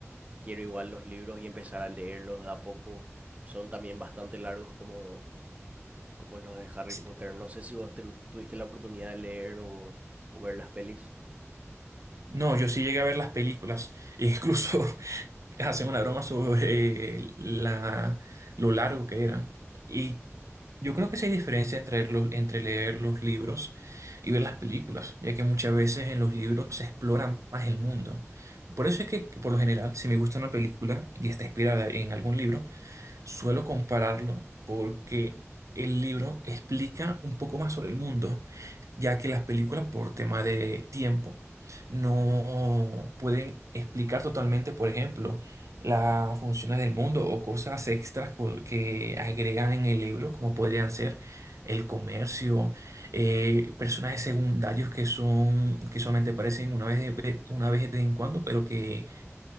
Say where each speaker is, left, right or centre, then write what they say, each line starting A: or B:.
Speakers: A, on the right; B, on the right.
A: quiero igual los libros y empezar a leerlos de a poco. Son también bastante largos como, como los de Harry
B: Sí.
A: Potter. No sé si vos tu- tuviste la oportunidad de leer o, o ver las pelis.
B: No, yo sí llegué a ver las películas, e incluso <laughs> <laughs> hacen una broma sobre la, lo largo que eran. Y yo creo que sí hay diferencia entre, los, entre leer los libros y ver las películas, ya que muchas veces en los libros se explora más el mundo. Por eso es que, por lo general, si me gusta una película y está inspirada en algún libro, suelo compararlo porque el libro explica un poco más sobre el mundo ya que las películas por tema de tiempo no pueden explicar totalmente, por ejemplo, las funciones del mundo o cosas extras co- que agregan en el libro, como podrían ser el comercio, eh, personajes secundarios que son que solamente aparecen una vez de, ve- una vez de vez en cuando, pero que